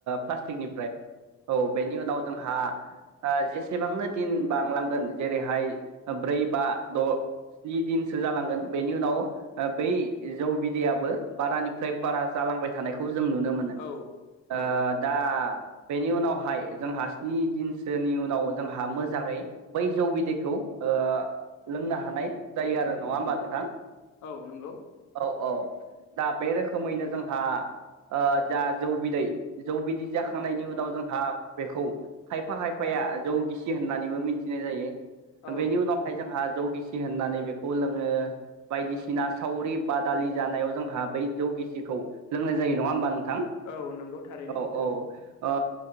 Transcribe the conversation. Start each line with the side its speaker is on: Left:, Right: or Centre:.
Right: प्लास्टिकनिफ्राय। औ बेनि उनाव जोंहा जेसेबांनो दिन बांलांगोन जेरैहाय ब्रै बा द' स्नि दिनसो जालांगोन बेनि उनाव बै जौ बिदैयाबो बारानिफ्राय बारा जालांबाय थानायखौ जों नुनो मोनो।
Left: औ औ
Right: ओ दा बेनि उनावहाय जोंहा स्नि दिनसो सोनि उनाव जोंहा मोजाङै बै जौ बिदैखौ ओ लोंनो हानाय जायो आरो नङा होमबा नोंथां?
Left: औ नंगौ।
Right: औ औ दा बे रोखोमैनो जोंहा ओ जा जौ बिदै जौ बिदै जाखांनायनि उनाव जोंहा बेखौ खायफा खायफाया जौ गिसि होननानैबो मिथिनाय जायो।
Left: औ
Right: बेनि उनावहाय जोंहा जौ गिसि होननानै बेखौ लोङो। बायदिसिना सावरि बादालि जानायाव जोंहा बै जौगिसिखौ लोंनाय जायो नङा ओमबा नोंथां
Left: औ नंगौ थारैनो
Right: औ औ अ